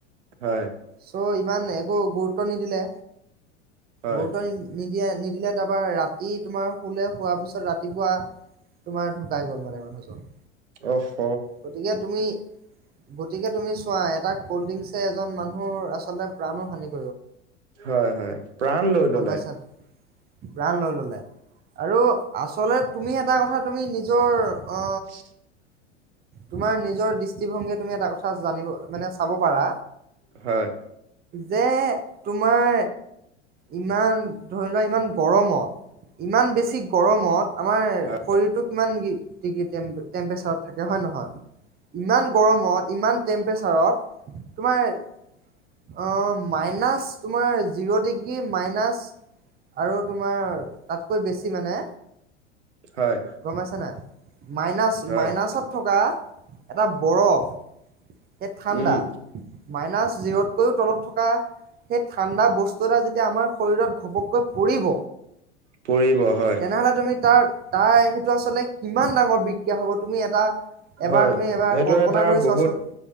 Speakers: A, on the right; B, on the right.
A: হয়
B: চ' ইমান একো গুৰুত্ব নিদিলে।
A: হয়
B: গুৰুত্ব নি নি দিয়ে। নিদিলে তাৰপৰা ৰাতি তোমাৰ শুলে শোৱাৰ পিছত ৰাতিপুৱা তোমাৰ ঢুকাই গ'ল মানে মানুহজন।
A: অহ হ।
B: গতিকে তুমি গতিকে তুমি চোৱা এটা কল্ড ড্ৰিংচে এজন মানুহৰ আচলতে প্ৰাণো হানি কৰে
A: হয় হয়, প্ৰাণ লৈ
B: গম
A: ললে।
B: পাইছা। প্ৰাণ লৈ ল'লে আৰু আচলতে তুমি এটা কথা তুমি নিজৰ
A: <inaudible>
B: অ তোমাৰ নিজৰ দৃষ্টিভংগীয়ে তুমি এটা কথা জানিব মানে চাব পাৰা।
A: হয়।
B: যে তোমাৰ ইমান, ধৰি লোৱা ইমান গৰমত, ইমান বেছি গৰমত আমাৰ
A: হয়
B: শৰীৰ কিমান ডিগ্ৰী তেম্পেচাৰ হৈ থাকে হয় নহয় ইমান গৰমত ইমান তেম্পেচাৰ তোমাৰ মাইনাছ তোমাৰ জিৰ' ডিগ্ৰী মাইনাছ তোাৰ তাতকৈ বেছি মানে
A: হয়
B: গম পইচা নাই? মাইনাছ,
A: হয়
B: মাইনাছত থকা। এটা বৰফ। এ ঠাণ্ডা,
A: উম
B: মাইনাছ জিৰতকৈও তলত থকা সেই ঠাণ্ডা বস্তু বস্তু এটা যেতিয়া আমাৰ শৰীৰত ঘপককৈ পৰিব,
A: পৰিব হয়
B: তেনেহলে তুমি তাৰ তাই টো আচলতে কিমান ডাঙৰ বিক্ৰিয়া হ'ব তুমি এটা এবাৰ
A: হয়
B: তুমি এবাৰ
A: সেইটো
B: কল্পনা
A: এটা
B: কৰি
A: বহুত
B: চোৱাচোন